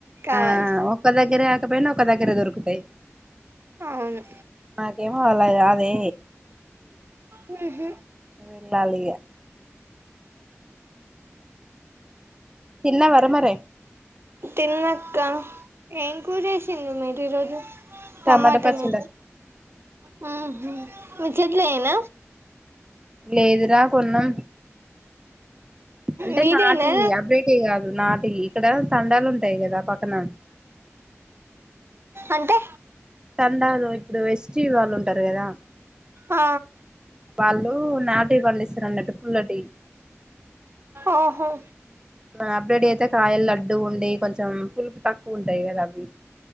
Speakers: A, on the right; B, on the right.
A: కావాలి
B: ఆహ్ ఒక్క దగ్గరే కాకపోయినా ఒక దగ్గర దొరుకుతయి.
A: అవును
B: నాకేమో అలా కాదే
A: మ్ హ్
B: వెళ్ళాలి ఇగ తిన్నావారా మరే
A: తిన్న అక్క ఏం కూర చేేసింరు మీరు ఈ రోజు టమాటనా
B: టమాటా పచ్చడా
A: మ్ హ్ మీ చెట్లయేన
B: లేదురా కొన్నాం. అంటే
A: మీదేనా
B: అబ్రేటివి కాదు నాటి ఇక్కడ తండాలుంటయి కదా పక్కన
A: అంటే
B: అండాలో ఇప్పుడు ఎస్టీ వాళ్ళు ఉంటారు కదా
A: ఆ
B: వాళ్ళు నాటి పండిస్తారన్నట్టు పుల్లటీ
A: ఓహో
B: అప్డేటి అయితే కాయలు లడ్డు ఉండి కొంచెం పులుపు తక్కువుంటయి కదా అవి